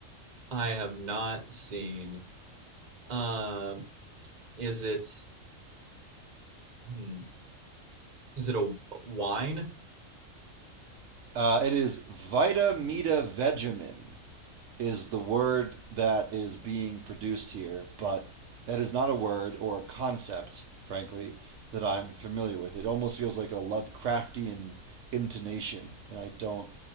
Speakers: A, on the right; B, on the right.
A: I have not seen. Um, is it hmm, is it a wine?
B: Uh, it is Vitamita Vegemin is the word that is being produced here, but that is not a word or a concept, frankly, that I'm familiar with. It almost feels like a Lovecraftian intonation, and I don't,